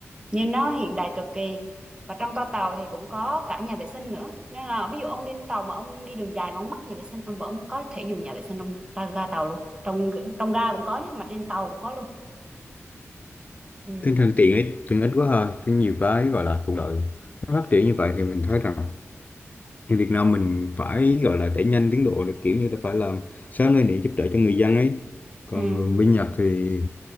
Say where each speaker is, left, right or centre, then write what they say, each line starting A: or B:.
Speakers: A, on the right; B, on the left.
A: Nhìn nó hiện đại cực kỳ. Và trong toa tàu thì cũng có cả nhà vệ sinh nữa. Nên là ví dụ ông đi trên tàu mà ông đi đường dài mà ông mắc nhà vệ sinh ông vẫn có thể dùng nhà vệ sinh trong ta ga tàu luôn. Trong trong ga cũng có nhé mà trên tàu cũng có luôn. Ừ.
B: tinh thần tiện ích tiện ích quá ha có nhiều cái gọi là thuận lợi nó phát triển như vậy thì mình thấy rằng Thì Việt Nam mình phải gọi là đẩy nhanh tiến độ được kiểu như là phải làm sớm lên để giúp đỡ cho người dân ấy. Còn
A: Ừ.
B: bên Nhật thì